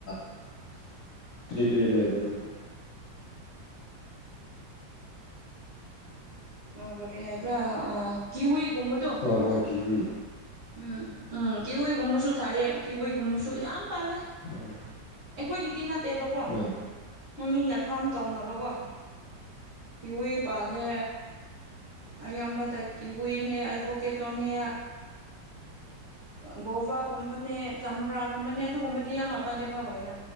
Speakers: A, on the left (about 70°); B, on the right (about 55°).
A: <unintelligible> ꯀ꯭ꯔꯤ ꯀꯔꯤ ꯂꯩꯕ ꯑꯗꯨꯗꯤ
B: ꯎꯝ ꯀꯔꯤ ꯍꯥꯏꯕ꯭ꯔꯥ ꯑ ꯀꯤꯋꯤ ꯒꯨꯝꯕꯥꯗꯣ
A: ꯍ ꯍꯣꯏ ꯀꯤꯋꯤ
B: ꯎꯝ ꯎꯝ ꯀꯤꯋꯏꯒꯨꯝꯕꯁꯨ ꯊꯥꯏꯑ ꯀꯦꯋꯏꯒꯨꯝꯕꯁꯨ ꯌꯥꯝ ꯄꯥꯜꯂꯦ
A: ꯎꯝ
B: ꯑꯩꯈꯣꯏꯒꯤꯗꯤ ꯅꯠꯇꯦꯕꯀꯣ
A: ꯎꯝ
B: ꯃꯃꯤꯡꯅ ꯐꯥꯝ ꯇꯧꯅꯕꯀꯣ ꯀꯤꯋꯤ ꯄꯥꯂꯦ ꯑꯌꯥꯝꯕꯗ ꯀꯤꯋꯤꯅꯦ ꯑꯩꯚꯣꯀꯦꯇꯣꯅꯦ ꯒꯣꯕꯒꯨꯝꯕꯅꯦ ꯆꯝꯄ꯭ꯔꯥꯒꯨꯝꯕꯅꯦ ꯑꯗꯨꯒꯨꯝꯕꯗꯤ ꯌꯥꯝ ꯃꯄꯥꯂꯦ ꯐꯕꯣꯏꯗ